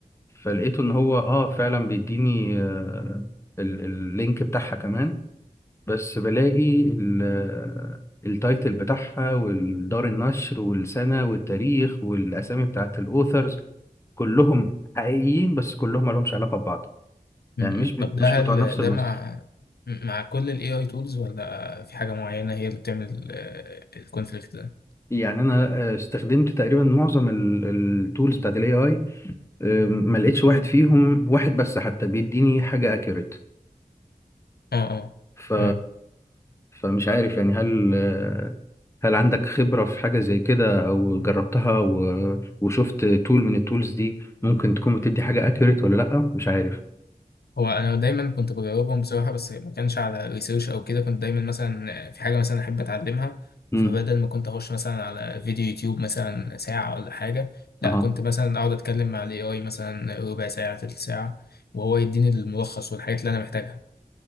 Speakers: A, on the left (about 15°); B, on the left (about 90°).
A: فلقيته ان هو اه فعلا بيديني آه، ال- اللينك بتاعها كمان بس بلاقي ال- آه، التايتل بتاعها والدار النشر والسنة والتاريخ والاسامي بتاعت الاوثرز كلهم حقيقيين بس كلهم مالهمش علاقة ببعض
B: مم.
A: يعني مش ب-
B: طب ده
A: مش بتوع
B: هل
A: نفس
B: ده
A: المصدر
B: مع مع كل ال AI tools ولا في حاجة معينة هي اللي بتعمل الكونفليكت ده؟
A: يعني انا آه، استخدمت تقريبا معظم التولز بتاعت الاي اي ما لقيتش واحد فيهم واحد بس حتى بيديني حاجه اكيوريت
B: اه اه
A: ف
B: تمام.
A: فمش عارف يعني هل آه، هل عندك خبره في حاجه زي كده او جربتها و... وشفت تول من التولز دي ممكن تكون بتدي حاجه اكيوريت ولا لا مش عارف
B: هو أنا دايما كنت بجاوبهم بصراحة بس ما كانش على ريسيرش أو كده كنت دايما مثلا في حاجة مثلا أحب أتعلمها
A: امم
B: فبدل ما كنت أخش مثلا على فيديو يوتيوب مثلا ساعة ولا حاجة لا
A: اها
B: كنت مثلا أقعد أتكلم مع ال AI مثلا ربع ساعة تلت ساعة وهو يديني الملخص والحاجات اللي أنا محتاجها